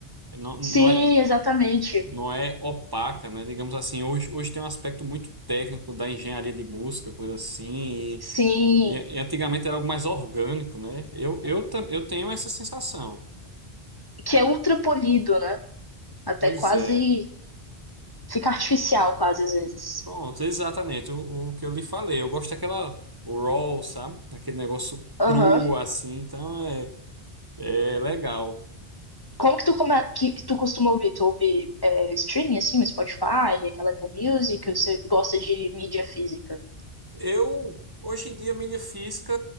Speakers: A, on the right; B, on the left.
A: Não, não
B: Sim,
A: é,
B: exatamente.
A: não é opaca, né? Digamos assim, hoje, hoje tem um aspecto muito técnico da engenharia de música, coisa assim, e,
B: Sim.
A: e- e antigamente era algo mais orgânico, né? Eu, eu, ta- eu tenho essa sensação.
B: Que é ultra polido, né? Até
A: Pois
B: quase
A: é.
B: fica artificial, quase às vezes.
A: Pronto, exatamente o, o que eu lhe falei. Eu gosto daquela raw, sabe? Aquele negócio
B: Aham.
A: cru, assim, então é, é legal.
B: Como que tu, come- que, que tu costuma ouvir? Tu ouve é, streaming, assim, no Spotify, aquela Apple Music? ou Você gosta de mídia física?
A: Eu, hoje em dia, mídia física